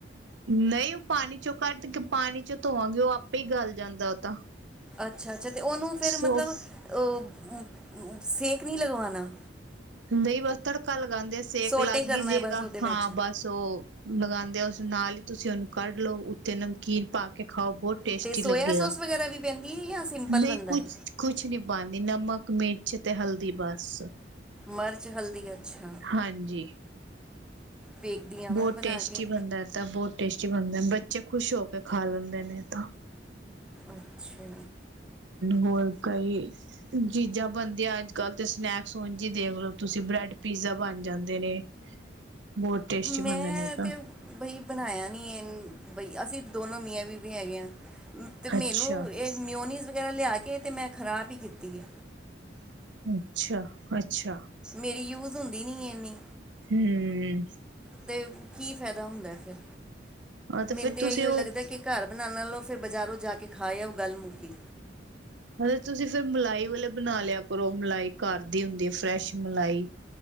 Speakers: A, on the right (about 75°); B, in the centre.
A: ਨਹੀਂ ਔ ਪਾਣੀ ਚੋਂ ਕੱਢ ਕੇ ਪਾਣੀ ਚੋਂ ਧੋਵਾਂਗੇ ਔ ਆਪੇ ਈ ਗੱਲ ਜਾਂਦੈ ਔ ਤਾਂ।
B: ਅੱਛਾ ਅੱਛਾ ਤੇ ਔਨੂੰ ਫੇਰ
A: ਸੋਫ
B: ਮਤਲਬ ਅ ਸੇਕ ਨ੍ਹੀਂ ਲਗਵਾਣਾ।
A: ਨਈ ਬਸ ਤੜਕਾ ਲੱਗ ਗਾਂਦੇਆ ਸੇਕ
B: ਸੋਟੇ
A: ਲੱਗ
B: ਕਰਨਾ
A: ਈ ਜੇਗਾ,
B: ਹੈ ਬਸ ਉਹਦੇ ਵਿੱਚ
A: ਹਾਂ ਬਸ ਔ ਲਗਾਂਦੇ ਆ ਨਾਲ ਈ ਤੁਸੀਂ ਔਨੂੰ ਕੱਢ ਲੋ ਉੱਤੇ ਨਮਕੀਨ ਪਾ ਕੇ ਖ ਖਾਓ, ਬੌਤ ਟੇਸਟੀ
B: ਅਤੇ ਸੋਇਆ
A: ਲੱਗੇਗਾ।
B: ਸੋਸ ਵਗੈਰਾ ਵੀ ਪੈਂਦੀ ਹੈ ਜਾਂ ਸਿੰਪਲ
A: ਨਈ
B: ਬਣਦਾ
A: ਕੁਛ
B: ਹੈ
A: ਕੁਛ ਨੀ ਪਾਂਦੀ ਨਮਕ ਮਿਰਚ ਤੇ ਹਲਦੀ ਬਸ।
B: ਮਰਚ, ਹਲਦੀ ਅੱਛਾ।
A: ਹਾਂਜੀ
B: ਵੇਖਦੀ ਹਾਂ ਮੈਂ
A: ਬਹੁਤ
B: ਬਣਾ
A: ਟੇਸਟੀ
B: ਕੇ
A: ਬਣਦਾ ਤੇ ਬਹੁਤ ਟੇਸਟ ਟੀ ਬਣਦਾ ਬੱਚੇ ਖੁਸ਼ ਹੋ ਕੇ ਖਾ ਲੈਂਦੇ ਨੇ ਏ ਤਾਂ
B: ਅੱਛਾ।
A: ਹੋਰ ਕਈ ਚੀਜ਼ਾਂ ਬਣਦੀਆਂ ਅੱਜ ਕੱਲ ਤੇ ਸਨੈਕਸ ਉਂਝ ਈ ਦੇਖਲੋ ਤੁਸੀਂ ਬ੍ਰੈਡ ਪੀਜ਼ਾ ਬਣ ਜਾਂਦੇ ਨੇ ਬਹੁਤ ਟੇਸਟੀ
B: ਮੈਂ
A: ਬਣਦੇ ਨੇ ਇਹ ਤਾਂ
B: ਤੇ ਬਈ ਬਣਾਇਆ ਨਹੀਂ ਬਈ ਅਸੀਂ ਦੋਨੋ ਮੀਆਂ ਬੀਬੀ ਹੈਗੇ ਆਂ ਤੇ ਮੈਨੂੰ
A: ਅੱਛਾ
B: ਇਹ ਮਯੋਨੀਜ਼ ਵਗੈਰਾ ਲਿਆ ਕੇ ਤੇ ਮੈਂ ਖਰਾਬ ਈ ਕੀਤੀ ਏ।
A: ਅੱਛਾ ਅੱਛਾ।
B: ਮੇਰੀ ਯੂਜ਼ ਹੁੰਦੀ ਨੀ ਏਨੀ
A: ਹਮ
B: ਅਤੇ ਕੀ ਫਾਇਦਾ ਹੁੰਦਾ ਹੈ ਫਿਰ
A: ਆਹ
B: ਮੈਨੂੰ
A: ਫਿਰ
B: ਤੇ
A: ਤੁਸੀਂ
B: ਇਹੀਓ
A: ਉਹ
B: ਲੱਗਦਾ ਕਿ ਘਰ ਬਣਾਉਣ ਨਾਲੋ ਫਿਰ ਬਾਜ਼ਾਰੋਂ ਜਾ ਕੇ ਖਾਇਓ ਗੱਲ ਮੁਕੀ
A: ਹ ਤੁਸੀਂ ਫਿਰ ਮਲਾਈ ਵਾਲੇ ਬਣਾ ਲਿਆ ਕਰੋ ਮਲਾਈ ਘਰ ਦੀ ਹੁੰਦੀ ਹੈ ਫਰੈਸ਼ ਮਲਾਈ